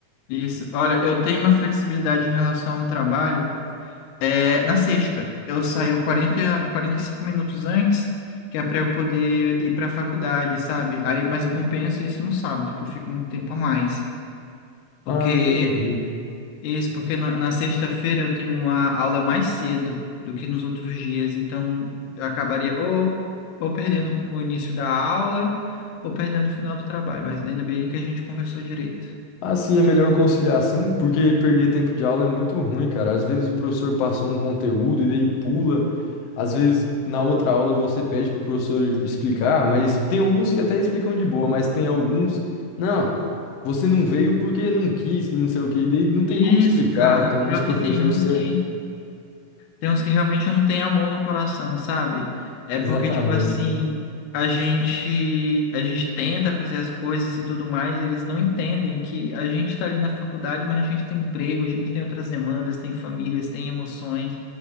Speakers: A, on the left; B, on the left.
A: Isso. Olha, eu tenho uma flexibilidade em relação ao trabalho. É, na sexta, eu saio quarenta quarenta e cinco minutos antes, que é para eu poder ir para a faculdade, sabe? Aí, mas eu compenso isso no sábado, que eu fico um tempo a mais. Porque
B: Ah, entendi.
A: Isso, porque na, na sexta-feira eu tenho uma aula mais cedo do que nos outros dias, então acabaria ou, ou perdendo o início da aula ou perdendo o final do trabalho, mas ainda bem que a gente conversou direito.
B: Assim é melhor conciliar assim, porque perder tempo de aula é muito ruim, cara. Às vezes o professor passou um conteúdo e daí pula. Às vezes na outra aula você pede pro professor explicar, mas tem alguns que até explicam de boa, mas tem alguns, não, você não veio porque não quis, que não sei o quê, e daí não tem
A: Isso,
B: como explicar.
A: cara,
B: Tem
A: pior
B: alguns professores
A: que tem uns
B: que é
A: que Tem uns que realmente não tem amor no coração, sabe? É
B: exatamente.
A: porque, tipo assim, a gente, a gente tenta fazer as coisas e tudo mais, eles não entendem que a gente tá ali na faculdade, mas a gente tem emprego, a gente tem outras demandas, tem famílias, tem emoções.